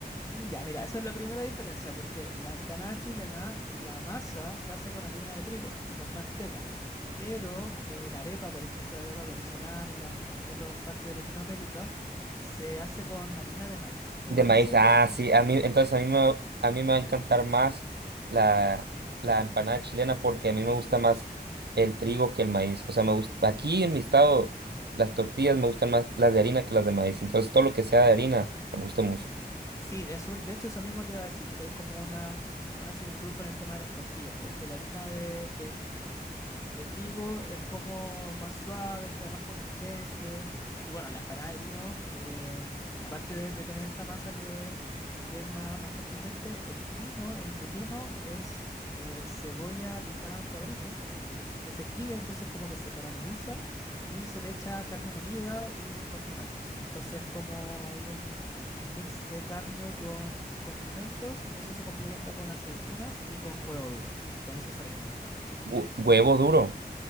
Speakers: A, on the left (about 20°); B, on the right (about 75°).
A: Mm, Ya, mira, esa es la primera diferencia, porque la empanada chilena, la masa se hace con harina de trigo y con manteca, pero eh, la arepa, por ejemplo, la arepa venezolana y las, en otras partes de Latinoamérica, se hace con harina de maíz, me
B: De
A: parece,
B: maíz. Ah,
A: y
B: sí, a mí, entonces a mí me, va- a mí me va a encantar más la, la empanada chilena porque a mí me gusta más el trigo que el maíz. O sea, me gusta, aquí en mi estado, las tortillas me gustan más las de harina que las de maíz. Entonces, todo lo que sea de harina me gusta mucho.
A: sí, sí, es súper- de hecho eso mismo te iba a decir, que hay como una, una similitud con el tema de las tortillas, porque la harina de, de trigo es como más suave, es como más contundente. Y bueno, la empanada de pino, eh, aparte de, de tener esta masa que, que es más, más contundente, el pino, el relleno es eh, cebolla picada en cuadritos que se fríe, entonces como que se carameliza y se le echa carne molida y condimentos. Entonces como hay un, un mix de carne con condimentos y eso se complementa con aceitunas y con huevo duro. Y con eso se rellena la empanada chilena.
B: Hu- huevo duro